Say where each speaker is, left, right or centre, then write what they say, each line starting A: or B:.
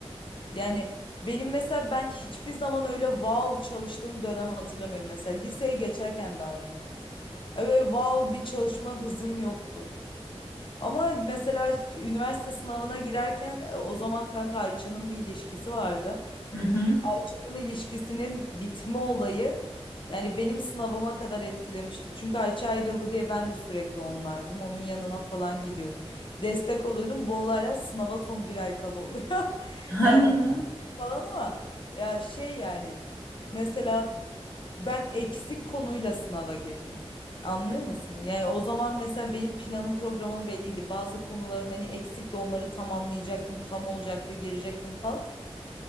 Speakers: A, on the left (about 50°); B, on the left (about 25°).
A: Yani benim mesela ben hiçbir zaman öyle wow çalıştığım dönem hatırlamıyorum. Mesela liseye geçerken de aynı. Öyle wow bir çalışma hızım yoktu. Ama mesela üniversite sınavına girerken e, o zaman kanka Ayça'nın bir ilişkisi vardı.
B: Hı hı. <laughs>
A: insan ilişkisinin bitme olayı yani benim sınavıma kadar etkilemişti. Çünkü Ayça ayrıldı diye ben de sürekli onlaydım. Onun yanına falan gidiyordum. Destek oluyordum. Bu olaylar sınava son bir ay kala oluyor. <laughs>
B: Hani
A: Yani gülüyoruz
B: ya.
A: falan ama ya şey yani mesela ben eksik konuyla sınava girdim. Anlıyor musun? Yani o zaman mesela benim planım programım belliydi. Bazı konularım hani eksik de onları tamamlayacaktım. Tam olacaktı girecektim falan.